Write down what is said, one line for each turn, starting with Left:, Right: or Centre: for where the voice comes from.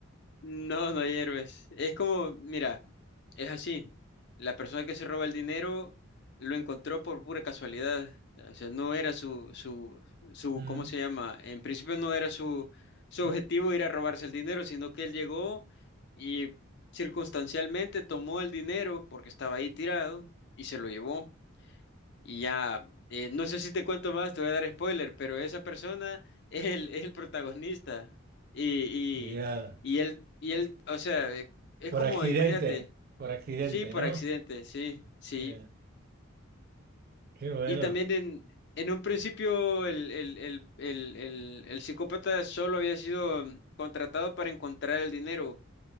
Left: No, no hay héroes. Es como, mira, es así. La persona que se roba el dinero lo encontró por pura casualidad. O sea, no era su, su, su,
Right: Mm.
Left: ¿cómo se llama? En principio no era su, su
Right: Oh,
Left: objetivo ir a robarse el dinero, sino que él llegó y circunstancialmente tomó el dinero porque estaba ahí tirado y se lo llevó. Y ya, eh, no sé si te cuento más, te voy a dar spoiler, pero esa persona <laughs> es el, es el protagonista. Y,
Right: ya.
Left: y, y él, y él, o sea, eh, es
Right: Por
Left: como,
Right: accidente,
Left: imagínate,
Right: por accidente,
Left: sí, por
Right: ¿no?
Left: accidente, sí, sí.
Right: Ya. Qué bueno.
Left: Y también en, en un principio el, el, el, el, el, el psicópata solo había sido mm, contratado para encontrar el dinero